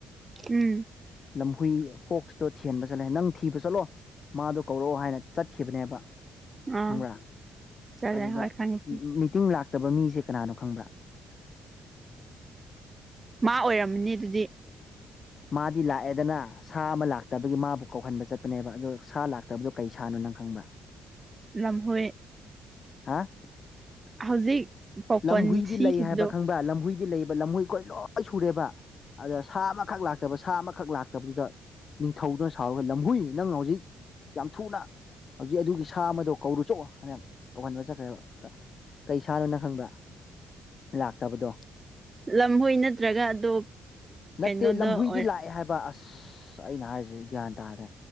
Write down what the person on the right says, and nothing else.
ꯎꯝ
ꯑꯥ
ꯆꯠꯂꯦ
ꯍꯣꯏ ꯈꯪꯉꯦ
ꯃꯥ ꯑꯣꯏꯔꯝꯃꯅꯤ ꯑꯗꯨꯗꯤ
ꯂꯝꯍꯨꯏ
ꯍꯧꯖꯤꯛ ꯄꯥꯎꯈꯣꯟ
ꯁꯤꯈꯤꯕꯗꯣ
ꯂꯝꯍꯣꯏ ꯅꯠꯇ꯭ꯔꯒ ꯑꯗꯣ
ꯀꯩꯅꯣꯗꯣ
ꯑꯣꯏ